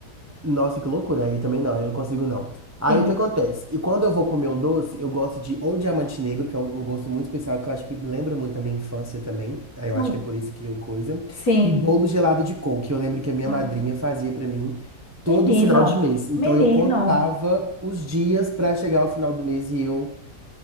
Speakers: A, on the right; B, on the left.
A: Nossa, que loucura. Aí também não, aí eu não consigo não. Aí
B: Sim.
A: o que acontece? E quando eu vou comer um doce, eu gosto de ou diamante negro, que é um, um gosto muito especial, que eu acho que me lembra muito a minha infância também. Aí eu
B: Não,
A: acho que é por isso que eu coisa.
B: sim.
A: E bolo gelado de coco, que eu lembro que a minha
B: Ai,
A: madrinha fazia pra mim todo
B: menino,
A: final de mês. Então
B: menino.
A: eu contava os dias pra chegar ao final do mês e eu